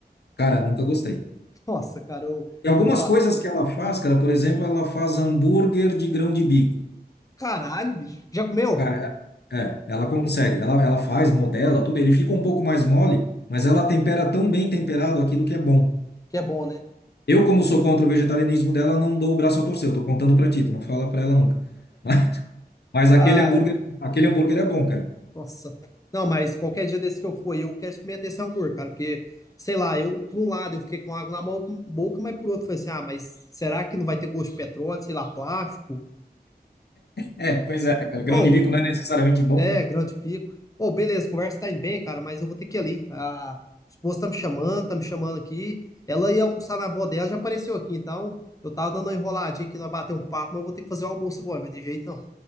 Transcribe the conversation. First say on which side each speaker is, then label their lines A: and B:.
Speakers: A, on the left; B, on the left.
A: Cara, nunca gostei.
B: Nossa, cara, eu,
A: E algumas
B: eu falo,
A: coisas que ela faz, cara, por exemplo, ela faz hambúrguer de grão de bico.
B: caralho, bicho. Já comeu?
A: Cara, é, é, ela consegue. Ela, ela faz, modela, tudo. Ele fica um pouco mais mole, mas ela tempera tão bem temperado aquilo que é bom.
B: Que é bom, né?
A: Eu, como sou contra o vegetarianismo dela, não dou o braço a torcer. Eu tô contando pra ti, tu não fala pra ela nunca. <laughs> Mas, aquele
B: Ah,
A: hambúrguer, aquele hambúrguer é bom, cara.
B: Nossa. Não, mas qualquer dia desse que eu for, eu quero experimentar esse hambúrguer, cara, porque, sei lá, eu, por um lado, eu fiquei com água na mão- boca, mas por outro, eu falei assim, ah, mas será que não vai ter gosto de petróleo, sei lá, plástico?
A: É, pois é, cara. Grão
B: Ou,
A: de bico não é necessariamente bom,
B: é,
A: né?
B: grande pico. Ou, beleza, conversa tá indo bem, cara, mas eu vou ter que ir ali. A esposa tá me chamando, tá me chamando aqui. Ela ia almoçar na avó dela, já apareceu aqui, então eu tava dando uma enroladinha aqui, nós bater um papo, mas eu vou ter que fazer o almoço agora, mas de jeito não.